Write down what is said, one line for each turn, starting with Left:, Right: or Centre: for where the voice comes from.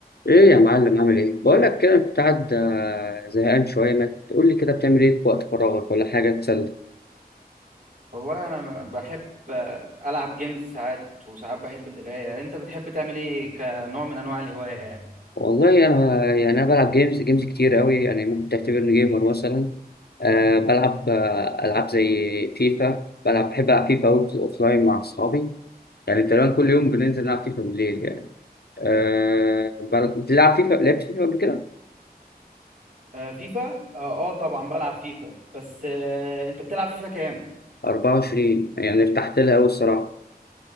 Left: ايه يا معلم عامل ايه بقول لك كده أنا كنت قاعد آه، زهقان شويه ما تقول لي كده بتعمل ايه في وقت فراغك ولا حاجه تسلى
Right: والله انا م- بحب العب جيمز ساعات وساعات بحب القرايه انت بتحب تعمل ايه كنوع من انواع الهوايه يعني
Left: والله انا يعني انا بلعب جيمز جيمز كتير قوي يعني ممكن تعتبرني جيمر مثلا أه بلعب آه، العاب زي فيفا بلعب بحب العب فيفا اوت اوف لاين مع اصحابي يعني تقريبا كل يوم بننزل نلعب فيفا بالليل يعني أه بل- بتلعب فيفا لعبت فيفا قبل كده
Right: آه فيفا اه, آه طبعا بلعب فيفا بس آه انت بتلعب فيفا كام
Left: 24 يعني ارتحت لها قوي الصراحه